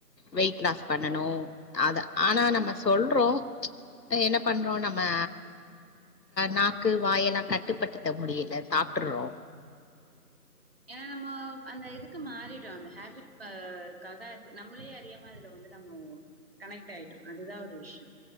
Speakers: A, on the left; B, on the right.
A: வெயிட் லாஸ் பண்ணனு அத ஆனா நம்ம சொல்றோ என்ன பண்றோ நம் ம நாக்கு க வாயெல்லா கட்டுப்படுத்த முடியல சாப்ட்டுறோ
B: ஏன்னா நம்ம அந்த இதுக்கு மாறிட்டோ அந்த ஹேபிட்க்காக நம்மளே அறியாம அதுல வந்து நம்ம கனெக்ட் ஆயிட்டோ அதுதா ஒரு விஷயோ